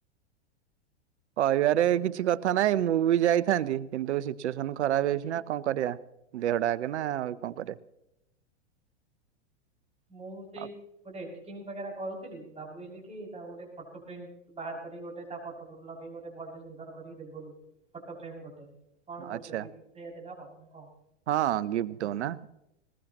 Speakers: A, on the right (about 70°); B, on the right (about 20°).
A: କହିବାରେ
B: ଆଉ
A: କିଛି କଥା ନାଇଁ ମୁଁ ବି ଯାଇଥାନ୍ତି କିନ୍ତୁ ସିଚୂଏଶନ ଖରାପ ହେଇଛିିନା କଁ କରିବା। ଦେହ ଟା ଆଗେ ନା ଆଉ କଣ କରିବା।
B: ମୁଁ ସେଇ
A: ଆଉ
B: ଗୋଟେ ଏଡିଟିଂଙ୍ଗି ବାଗେରା କରୁଥିଲି ଭାବିହେଲିକି ତାର ଗୋଟେ ଫଟୋ ପ୍ରିଣ୍ଟ ବାହାର କରିକି ଗୋଟେ ତା ଫଟ ଫଟ ଲଗେଇକି ଗୋଟେ ଭଲଟେ ସୁନ୍ଦର କରିକି ଦେବି ବୋଲି। ଫଟୋ ଫ୍ରେମ ଗୋଟେ କଣ କହୁଛ
A: ଆଚ୍ଛା
B: ଗିଫ୍ଟି ସେଇଆ ଦେଲେ ହବ ନା କଣ?
A: ହଁ ଗିଫ୍ଟି ଦଉନା।